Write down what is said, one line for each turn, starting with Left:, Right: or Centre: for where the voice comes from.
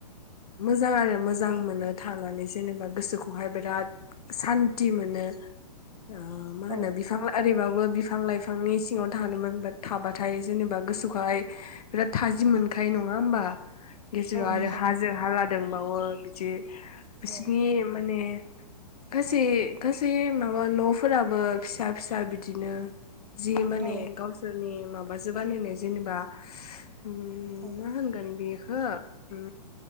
Left: मोजां आरो मोजां मोनो थानानै जेनेबा गोसोखौहाय बिराद सान्थि मोनो। अ मा होनो
Right: औ
Left: बिफां आरै बाव बो बिफां लाइफांनि सिङाव थानो मोन- थाबाथाय जेनेबा गोसोखौहाय बिराद थाजि
Right: औ
Left: मोनखाय नङा होमबा? <unintelligible> आरो
Right: नंगौ
Left: हाजो हाला रोंबावो बिदि बिसिनि
Right: औ
Left: माने गासै गासै माबा न' फोराबो फिसा फिसा बिदिनो जि माने
Right: औ
Left: गावसोरनि मो माबाजो बानायनाय जेनेबा उम
Right: औ
Left: मा होनगोन बे ओ उम